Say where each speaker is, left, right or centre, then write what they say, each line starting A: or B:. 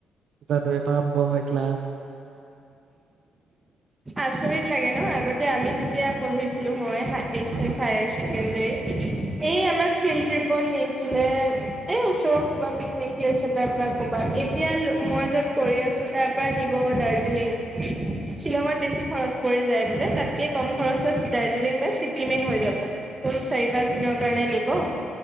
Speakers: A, on the right (about 65°); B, on the right (about 20°).
A: জানুৱাৰী ৰ পৰা আৰম্ভ হয় ক্লাছ
B: আচৰিত লাগে ন আগতে আমি যেতিয়া পঢ়িছিলো মই এইচ
A: অ
B: এছ হায়াৰ চেকেণ্ডী এই আমাক ফিল্ড ট্ৰিপত নিছিলে, এই ওচৰৰ ক'বাত পিকনিক প্লেচ এটাত বা ক'বাত এতিয়া মই য'ত কৰি আছো তাৰ পৰা নিব দাৰ্জিলিং, শ্বিলঙত বেছি খৰচ পৰি যায় বোলে তাতকে কম খৰচত দাৰ্জিলিং বা ছিকিমে হৈ যাব ত' চাৰি পাঁচ দিনৰ কাৰণে নিব।